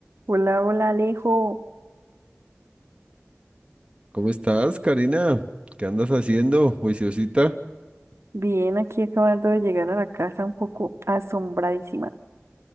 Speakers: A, on the right (about 80°); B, on the right (about 25°).
A: Hola, hola Alejo.
B: ¿Cómo estás, Karina? ¿Qué andas haciendo, juiciosita?
A: Bien, aquí acabando de llegar a la casa un poco asombradísima.